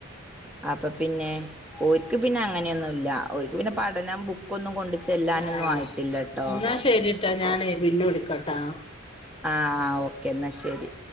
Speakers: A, in the centre; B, on the left.
A: അപ്പൊ പിന്നെ ഒര്ക്ക് പിന്നെ അ അങ്ങനെയൊന്നും ഇല്ല ഓൽക്ക്‌ പിന്നെ പഠനം ബുക്കൊന്നും കൊണ്ട് ചെല്ലാനൊന്നും
B: ആ
A: ആയിട്ടില്ലട്ടോ
B: എന്നാ ശരിട്ടാ ഞാനെ പിന്നെ വിളിക്കട്ട ആ
A: ആ, ഓക്കേ എന്നാ ശരി